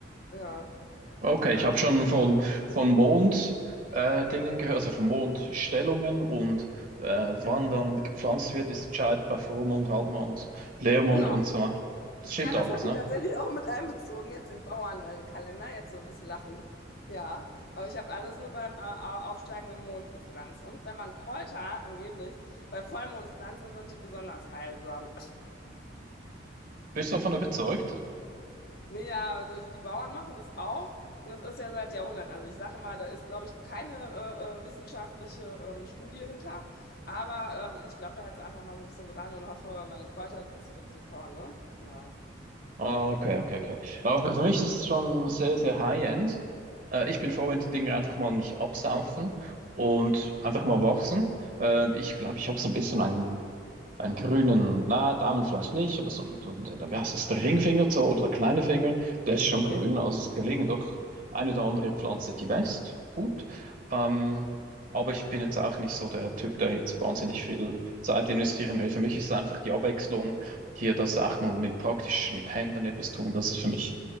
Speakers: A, on the left; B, on the right.
A: ja,
B: Okay,
A: ja,
B: ich habe schon von, von Mond äh, Dingen gehört, also von Mondstellungen und äh, wann dann gepflanzt wird, ist entscheidend bei Vollmond, Halbmond, Leermond
A: genau.
B: und so weiter. Das stimmt
A: Ja, das
B: alles,
A: habe
B: ne?
A: ich tatsächlich auch mit einbezogen, jetzt den Bauernkalender, jetzt so ein bisschen lachen. Ja, aber ich habe alles nur beim äh, au- aufsteigenden Mond gepflanzt. Und wenn man Kräuter angeblich bei Vollmond pflanzt, dann sind die besonders heilsam.
B: Bist du davon überzeugt?
A: Nee, ja, also ich, die Bauern machen das auch und es ist ja seit Jahrhunderten. Also ich sage mal, da ist, glaube ich, keine äh, äh, wissenschaftliche ähm, Studie hinter, aber ähm, ich glaube da jetzt einfach mal so ein bisschen dran und hoffe, meine Kräuter, das wird super, ne? Ja.
B: Ah, Okay, okay, okay. Aber für mich ist es schon sehr, sehr high-end. Äh, ich bin froh, wenn die Dinge einfach mal nicht absaufen und einfach mal wachsen. Äh, ich glaube, ich habe so ein bisschen ein einen grünen, na, Daumen vielleicht nicht, aber so ein, so ein- wie heißt das, der Ringfinger so, oder der kleine Finger, der ist schon
A: Okay.
B: grün. Also es gelingen doch eine oder andere Pflanze, die wächst. Gut. Ähm, aber ich bin jetzt auch nicht so der Typ, der jetzt wahnsinnig viel Zeit investieren will. Für mich ist es einfach die Abwechslung, hier das auch mal mit praktisch mit Händen etwas tun. Das ist für mich